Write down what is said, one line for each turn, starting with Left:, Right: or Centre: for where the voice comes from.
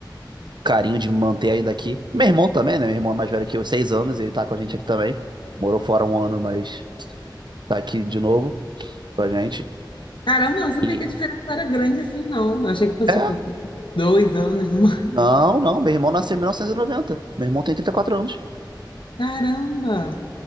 Right: carinho de me manter ainda aqui. Meu irmão também, né? Meu irmão é mais velho que eu, seis anos, ele tá com a gente aqui também. Morou fora um ano, mas tá aqui de novo com a gente.
Left: Caramba, eu não sabia
Right: E.
Left: que a diferença era grande assim, não. Eu achei que fosse,
Right: É?
Left: tipo, dois anos numa.
Right: Não, não. Meu irmão nasceu em 1990. Meu irmão tem 34 anos.
Left: Caramba!